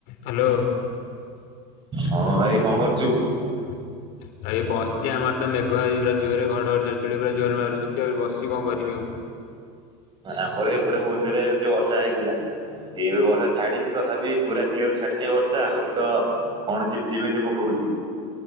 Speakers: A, on the left; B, on the right.
A: Hello.
B: ହଁ ଭାଇ କଣ କରୁଛୁ?
A: <inaudible> ଆଉ ଏଇ ବସଚି ଆମର ତ ମେଘ ଏଇ ଜୋରରେ ଘଡ ଘଡି ଚଡ ଚଡି ପୁରା ମାରୁଛି ଆ ବସଚି କଣ କରିମି ଆଉ?
B: ଆମର ଏପଟେ ବହୁତ ଜୋରରେ ବର୍ଷା ହେଇଥିଲା। ଏଇବେ ବର୍ଷା ଛାଡିଛି ତଥାପି ପୁରା କ୍ଲିଅର ଛାଡିିନି ବର୍ଷା ଆହୁରି ତ କଣ ଝିପ୍ ଝିପ୍ ଏମିତି ପକଉଛି।